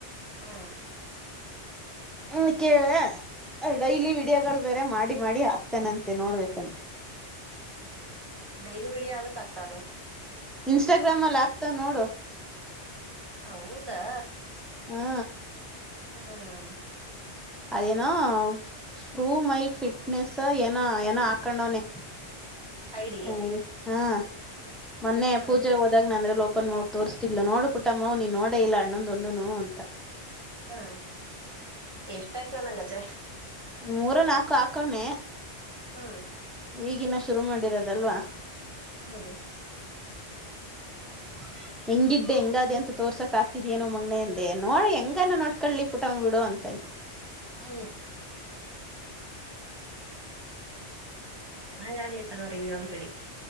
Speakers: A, on the right; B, in the centre.
A: ಹಾ
B: ಹ್ಮ ಕೇಳ ಡೈಲಿ ವಿಡಿಯೋಗಳು ಬೇರೆ ಮಾಡಿ ಮಾಡಿ ಆಾಕ್ತಾನಂತೆ ನೋಡ್ಬೇಕಂತೆ
A: ಡೈಲಿ ಮೀಡಿಯ ಆದಕ್ ಆಗ್ತಾನೆ
B: ಇನ್ಸ್ಟಾಗ್ರಾಮಲ್ಲಿ ಆ್ಯಪ್ತ ನೋಡು
A: ಹೌದಾ
B: ಹಾ
A: ಹ್ಮ
B: ಅದೇನ ಪ್ರೂ್ ಮೈ ಫಿಟ್ನೆಸ್ ಏನ ಏನೋ ಹಾಕೊಂಡವನನೆ
A: ಐಡಿ
B: ಹರಿ ಹಾ ಮೊೆ
A: ಹ್ಮ್
B: ಪೂಜೆ ಹೋದಾಗನೆ ಅಂದ್ರೆ ಲೋ ಪ್ಪ ನ್ಡ್ ತೋರ್್ತಿಿದ್ ನೋಡು ಪುಟ್ಟಮ್ಮ ನೀನ್ ನೋಡ ಇಲ್ಲ ಅಣ್ಣೊಂದೊಂದುನು ಅಂತ
A: ಹಾ ಎಷ್ಟಾಕನಂಗಾದ್ರೆ
B: ಮೂರ ನಾಲ್ಕು ಹಾಕಣೆ
A: ಹಾ
B: ಈಗಿನ ಶುರು ಮಾಡಿರೋದಲ್ವಾ
A: ಹಾ
B: ಹ ಹೆಂಗಿದ್ದೆ ಹೆಂಗಾದೆ ಅಂತ ತೋರ್ಸಕ್ ಆಗ್ತಿದ ಏನೋ ಮಗ್ನನೆಂದೆ ನೋಡ ಹೆಂಗಾನ ನೋಡ್ಕೊಳ್ಳಿ ಪುಟ್ ಬಿಡು ಅಂತಾನನೆ
A: ಹಾ ಚೆನ್ನಾಗ್ ಆಲಿತದ ರವಿ ಒಂದ್ ಕಡೆಗೆ